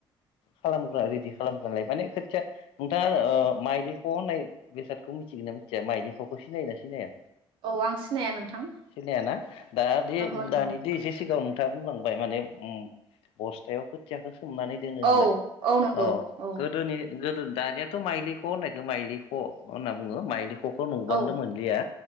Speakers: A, on the left (about 85°); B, on the right (about 65°).
A: खालामग्रा रेडि खालामग्रालाय माने खोथिया नोंथाङा ओ माइलिख होननाय बेसादखौ मिथिगोन ना मिथिया माइलिखौ ख सिनायो ना सिनाया
B: औ आं सिनाया नोंथां
A: सिनायाना दा दि
B: ओहो नोंथां
A: दानिदि एसे सिगां खोथा बुंलांबाय माने बस्थायाव खोथियाखो सोमनानै दोनो होनना
B: औ औ नंगौ
A: अह
B: औ
A: गोदोनि गोदो दानियाथ माइलि ख होननायख माइलि ह होनना बुङो माइलि खखौ गोबांदंमोनलिया
B: औ